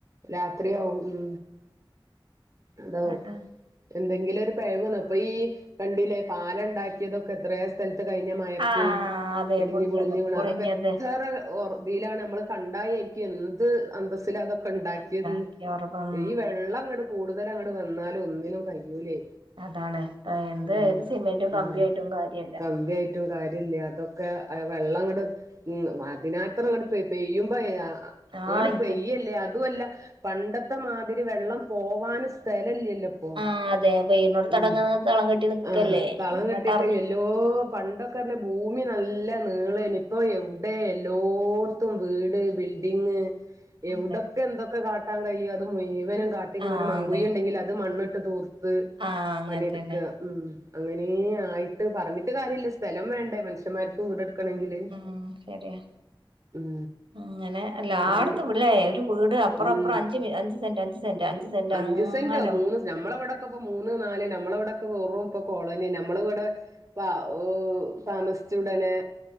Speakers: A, on the right; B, on the right.
A: രാത്രിയാവും ഉം അതോ
B: ആഹ്
A: എന്തെങ്കിലും ഒരു പെഴവ് ഇപ്പൊ ഈ കണ്ടില്ലേ പാലം ഉണ്ടാക്കിയതൊക്കെ എത്രയൊ സ്ഥലത്ത് കഴിഞ്ഞ മയക്ക്
B: ആഹ് അതെ
A: ഇടിഞ്ഞ്
B: പൊളിഞ്ഞത്
A: പൊളിഞ്ഞ് വീണ്
B: പൊളിഞ്ഞത്
A: അതൊക്കെ എത്ര ഓർ വെയിലാണ് നമ്മള് കണ്ടായി ക്കെന്ത് അന്തസ്സില അതൊക്കെ ഉണ്ടാക്കിയത്
B: ഉണ്ടാക്കിയ ഉറപ്പം
A: ഈ വെള്ളം അങ്ങട് കൂടുതൽ അങ്ങട് വന്നാലും ഒന്നിനും കഴിയൂലേ
B: അതാണ് എന്ത്
A: ഉം
B: ഏത് സിമെന്റും കമ്പിയായിട്ടും
A: ഉം
B: കാര്യല്ല
A: കമ്പിയായിട്ടും കാര്യ ഇല്ല അതൊക്കെ വെള്ളം ഇങ്ങട് ഉം അതിനാത്രം ഇങ്ങട് പെ പെയ്യുമ്പോ
B: ആഹ്
A: അങ്ങോട്ട്
B: ഇത്
A: പെയ്യല്ലേ അതുവല്ല പണ്ടത്തെ മാതിരി വെള്ളം പോവാനും സ്ഥല ഇല്ല്യ ലുപ്പോ
B: ആഹ് അതെ വെയിലിനോട്
A: ഉം
B: തടങ്ങ തളം കെട്ടി നിക്കല്ലേ
A: ആ തളം
B: ഇങ്ങോട്ട്
A: കെട്ടിക്കയി
B: ഇറങ്ങി
A: എല്ലോ പണ്ടൊക്കറഞ്ഞാ ഭൂമി നല്ല നീളനി ഇപ്പ എവിടെ എല്ലോടുത്തും വീട് ബിൾ ഡിങ് എവിടൊക്കെ
B: അതെ
A: എന്തൊക്കെ കാട്ടാൻ കഴിയോ അത് മുയിവനും കാട്ടിക്കൂടെ
B: ആഹ്
A: ഒരു മങ്കുയി
B: അതെ
A: ഉണ്ടെങ്കിൽ അത് മണ്ണി ട്ട് തോർത്ത്
B: ആഹ് അങ്ങനത്തന്നെ
A: പണിയെടുക്ക ഉം അങ്ങനെ ആയി ട്ട് പറഞ്ഞിട്ട് കാര്യ ഇല്ല സ്‌തെലം വേണ്ടെ മനുഷ്യന്മാർക്ക് വീടെടു എങ്കില്
B: ഉം ശരിയാ
A: ഉം
B: അങ്ങനെ എല്ലാടത്തും
A: ആര്
B: ഇവിടേ ഒരു വീട് അപ്പറം
A: ഉം
B: അപ്പറം അഞ്ച് അഞ്ച് സെന്റ് അഞ്ച് സെന്റ് സെന്റ്
A: അഞ്ച്
B: അങ്ങനെ
A: സെന്റോ മൂന്ന് നമ്മള ഇവിടക്ക ഇപ്പ മൂന്ന് നാല്- നമ്മള ഇവിടൊക്കെ വെറും ഇപ്പൊ കോളനി നമ്മള ഇവിട പ ഉ താമസിച്ചുടനെ